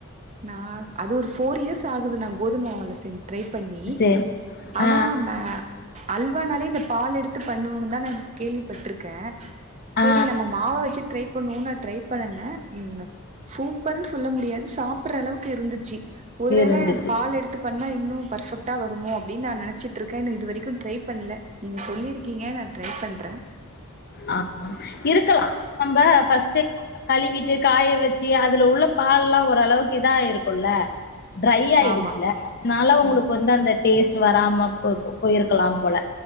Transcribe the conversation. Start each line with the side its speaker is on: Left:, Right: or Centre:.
Right: நா அது ஒரு ஃபோர் இயர்ஸ் ஆகுது நா கோதும மாவுல செஞ் ட்ரை பண்ணி
Left: சரி.
Right: ஆனா
Left: ஆ,
Right: மே அல்வானாலே இந்த பால் எடுத்து பண்ணுவோந்தானே கேள்விப்பட்ருக்கே செரி
Left: ஆ
Right: நம்ம மாவ வச்சு ட்ரை பண்ணுவோன்னு நா ட்ரை பண்ணுனே ம் ன சூப் ப்பர்னு சொல்ல முடியாது சாப்புட்ற அளவுக்கு இருந்துச்சு ஒருவேல
Left: இருந்துச்சு.
Right: பால் எடுத் த்து பண்ணா இன்னும் பர்ஃபெக்டா வருமோ அப்புடின்னு நா நெனைச்சிட்ருக்கே என்ன இதுவெரிக்கூ ட்ரை பண்ல நீங்க சொல்லிருக்கீங்க நா ட்ரை பண்றே
Left: ஆமா இருக்கலா நம்ப ஃபஸ்டே கழுவிட்டு காய வெச்சு அதுல உள்ள பால்லா ஒரளவுக்கு இதாயிருக்குல்ல ட்ரை ஆயிடுச்சுல்ல
Right: ஆமா
Left: னால உங்குளுக்கு
Right: ம்
Left: வந்து அந்த டேஸ்ட் வராம போ போயிருக்குலா போல